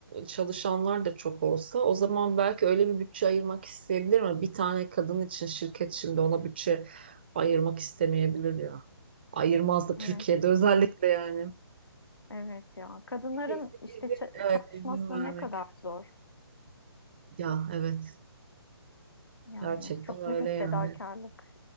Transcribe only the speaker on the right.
çalışanlar da çok olsa o zaman belki öyle bir bütçe ayırmak isteyebilir ama bir tane kadın için şirket şimdi ona bütçe ayırmak istemeyebilir Ayırmaz da Türkiye'de
özellikle yani.
En iyisi
izin,
evet
izin vermek.
Ya evet.
Gerçekten
öyle
yani.